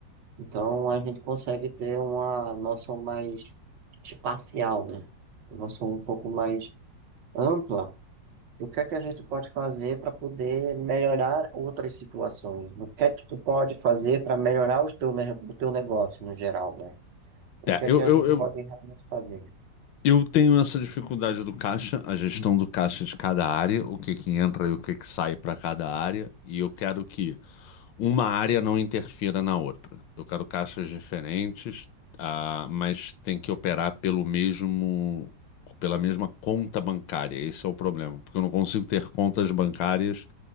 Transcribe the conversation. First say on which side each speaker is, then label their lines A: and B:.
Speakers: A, on the right; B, on the left.
A: Então a gente consegue ter uma noção mais espacial, né? Uma noção um pouco mais ampla do que é que a gente pode fazer para poder melhorar outras situações, do que é que tu pode fazer para melhorar os teu, ne- o teu negócio no geral, né? O
B: É,
A: que é
B: eu,
A: que a
B: eu,
A: gente
B: eu
A: pode realmente fazer?
B: Eu tenho essa dificuldade do caixa, a gestão do caixa de cada área, o que que entra e o que que sai para cada área, e eu quero que uma área não interfira na outra. Eu quero caixas diferentes, ah, mas tem que operar pelo mesmo, pela mesma conta bancária. Esse é o problema, porque eu não consigo ter contas bancárias